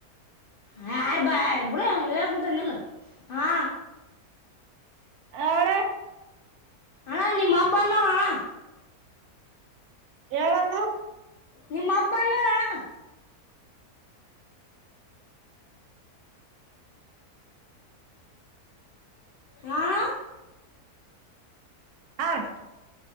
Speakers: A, on the left (about 75°); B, on the right (about 80°).
A: ಯ ಯಾರ ಬಾಯ ಬುರ ಹೇ ಉಂಟಲ್ಲ ಹಾ
B: ಹಳ
A: ಅಣ್ಣ ನಿಮ್ಮ ಅಪ್ಪ ಬಂದೋರಣ
B: ಏಳುವನು
A: ನಿಮ್ಮ ಅಪ್ಪ ಬಂದೋರಣ ಹಾ
B: ಹಷ್ಟ